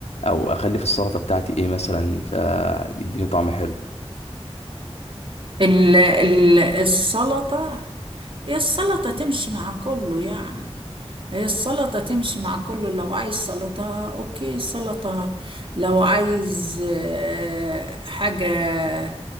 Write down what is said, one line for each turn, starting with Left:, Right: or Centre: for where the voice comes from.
Left: أو أخلي في السلطة بتاعتي إيه مثلا فيديني طعم حلو
Right: ال ال السلطة هي السلطة تمشي مع كله يعني هي السلطة تمشي مع كله لو عايز سلطة اوكي سلطة لو عايز آه، حاجة